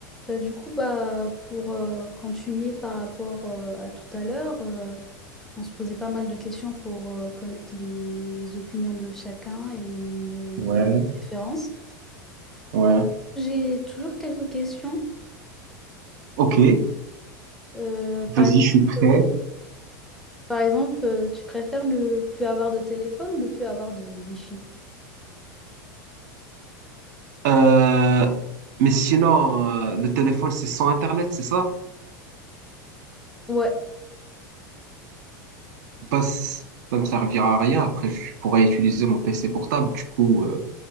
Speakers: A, in the centre; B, on the right.
A: Bah, du coup, bah, pour euh, continuer par rapport euh, à tout à l'heure, euh, on se posait pas mal de questions pour euh, connaître les opinions de chacun et nos
B: Ouais,
A: préférences.
B: ouais.
A: J'ai toujours quelques questions.
B: Ok,
A: Euh,
B: vas-y,
A: par exemple,
B: je suis prêt.
A: par exemple, euh, tu préfères ne plus avoir de téléphone ou ne plus avoir de Wi-Fi?
B: Euh, mais sinon, euh, le téléphone, c'est sans Internet, c'est ça?
A: Ouais,
B: Bah, c- ça me servira à rien. Après, je pourrais utiliser mon PC portable. Du coup, euh,